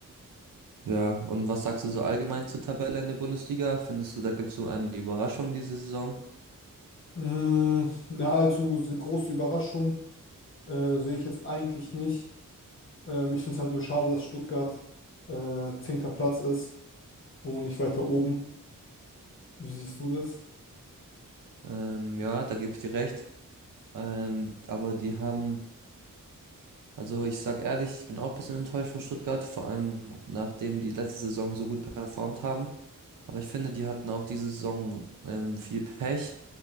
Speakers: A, on the right (about 80°); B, on the left (about 40°).
A: Ja, und was sagst du so allgemein zur Tabelle in der Bundesliga? Findest du, da gibt es so eine Überraschung diese Saison?
B: Mm, eine allzu se- große Überraschung äh, sehe ich jetzt eigentlich nicht. Ähm, ich finde es halt nur schade, dass Stuttgart äh, zehnter Platz ist. und nicht weiter oben. Wie siehst du das?
A: Ähm, ja, da gebe ich dir recht. Ähm, aber die haben, also ich sag ehrlich, ich bin auch ein bisschen enttäuscht von Stuttgart, vor allem nachdem die letzte Saison so gut performt haben. Aber ich finde, die hatten auch diese Saison ähm, viel Pech